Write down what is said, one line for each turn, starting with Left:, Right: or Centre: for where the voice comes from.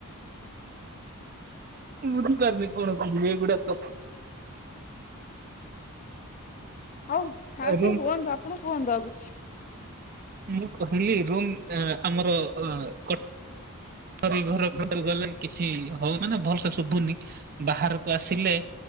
Right: ମୁଁ ବୁଝିପାରିନି କଣ? ଭିବେ ଗୁଡା ତ
Left: ହଉ ଛାଛି
Right: ରୁମ୍
Left: ହୁଅନ୍ତୁ। ଆପଣ କୁହନ୍ତୁ ଆଉ କିଛି।
Right: ମୁଁ କହିଲି ରୁମ୍ ଆମର ଅ କ ଘ ଘର ଗଲେ କିଛି ହଉ ମାନେ ଭଲସ ଶୁଭୁନି। ବାହାରକୁ ଆସିଲେ